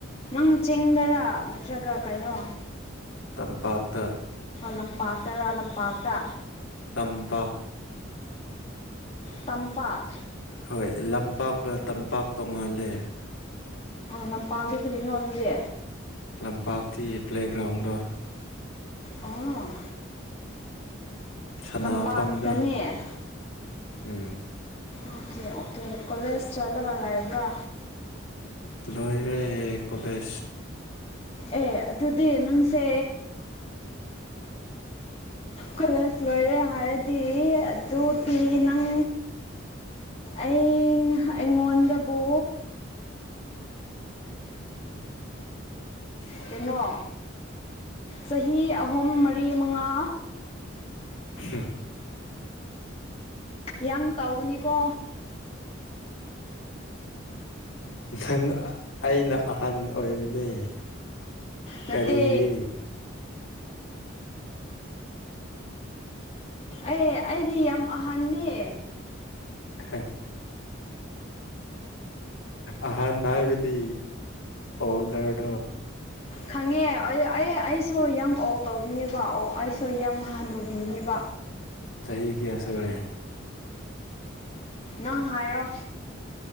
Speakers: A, on the left; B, on the left.
A: ꯅꯪꯅ ꯆꯤꯡꯗꯔꯥ ꯅꯠꯇ꯭ꯔꯒ ꯀꯩꯅꯣ
B: ꯇꯝꯄꯥꯛꯇ
A: ꯂꯝꯄꯥꯛꯇꯔ ꯂꯝꯄꯥꯛꯇ
B: ꯇꯝꯄꯥꯛ
A: ꯇꯝꯄꯥꯛ
B: ꯍꯣꯏ ꯂꯝꯄꯥꯛꯀ ꯇꯝꯄꯥꯛ ꯇꯣꯡꯉꯥꯜꯂꯦ
A: ꯂꯝꯄꯥꯛꯗꯤ ꯀꯔꯤꯅꯣ ꯑꯗꯨꯗꯤ
B: ꯂꯝꯄꯥꯛꯇ ꯄ꯭ꯂꯦꯒ꯭ꯔꯥꯎꯟꯗꯣ
A: ꯑꯣ
B: ꯁꯅꯐꯝꯗ
A: ꯇꯝꯄꯥꯛꯇꯅꯦ
B: ꯎꯝ
A: ꯑꯣꯀꯦ ꯑꯣꯀꯦ ꯀꯣꯂꯦꯖ ꯆꯠꯂꯒ ꯂꯥꯛꯕ꯭ꯔꯥ
B: ꯂꯣꯏꯔꯦ ꯀꯣꯂꯦꯖ
A: ꯑꯦ ꯑꯗꯨꯗꯤ ꯅꯪꯁꯦ ꯀꯣꯂꯦꯖ ꯂꯣꯏꯔꯦ ꯍꯥꯏꯔꯗꯤ ꯑꯗꯨꯗꯤ ꯅꯪ ꯑꯩ ꯑꯩꯉꯣꯟꯗꯕꯨ
B: ꯎꯝ <inaudible>
A: ꯀꯩꯅꯣ ꯆꯍꯤ ꯑꯍꯨꯝ ꯃꯔꯤ ꯃꯉꯥ
B: ꯎ <inaudible>
A: ꯌꯥꯝ ꯇꯥꯎꯒꯅꯤꯀꯣ
B: ꯅꯪ ꯑꯩꯅ ꯑꯍꯟ ꯑꯣꯏꯕꯅꯦ
A: ꯅꯠꯇꯦ
B: ꯀꯔꯤꯒꯤ
A: ꯑꯦ ꯑꯩꯗꯤ ꯌꯥꯝ ꯑꯍꯟꯅꯦ
B: ꯍ <inaudible> ꯑꯍꯥꯟ ꯍꯥꯏꯕꯗꯤ ꯑꯣꯜ ꯗꯦꯠ <inaudible>
A: ꯈꯪꯉꯦ ꯑꯩ ꯑꯦ ꯑꯩꯁꯨ ꯌꯥꯝ ꯑꯣꯜ ꯇꯧꯒꯅꯦꯕ ꯑꯣ ꯑꯩꯁꯨ ꯌꯥꯝ ꯍꯅꯨꯕꯤꯅꯦꯕ
B: ꯆꯍꯤ ꯆꯍꯤ ꯀꯌꯥꯁꯨꯔꯦ
A: ꯅꯪ ꯍꯥꯏꯔꯣ